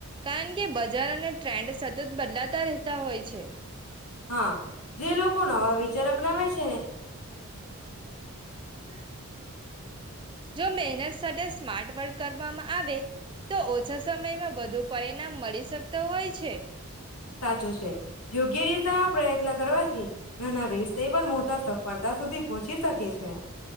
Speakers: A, on the right; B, on the left.
A: કારણ કે બજાર અને ટ્રેન્ડ સતત બદલાતા રહેતા હોય છે.
B: હા, જે લોકો નવા વિચારા અપનાવે છે ને
A: તેઓ ન તો લાંબા સમય સુધી સફર રહી શકે છે. જો મેહનત સાથે સ્માર્ટ વર્ક કરવામાં આવે તો ઓછા સમયમાં વધુ પરિણામ મળી શકતો હોય છે.
B: સાચું છે. યોગ્ય દિશામાં પ્રયત્ન કરવા થી નાના વેષ તે પણ મોતા સફળતા સુધી પહોંચી શકે છે. છે